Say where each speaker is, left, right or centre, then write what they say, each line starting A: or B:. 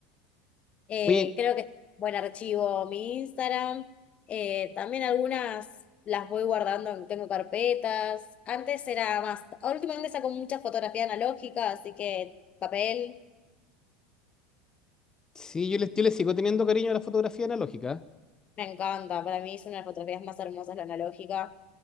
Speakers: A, on the left; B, on the left.
A: Eh,
B: Oye,
A: creo que es buen archivo mi Instagram. Eh, también algunas las voy guardando, en- tengo carpetas. Antes era más, ahora últimamente saco muchas fotografías analógicas, así que papel
B: sí, yo les, yo le sigo teniendo cariño a la fotografía analógica.
A: me encanta. Para mí son las fotografías más hermosas la analógica.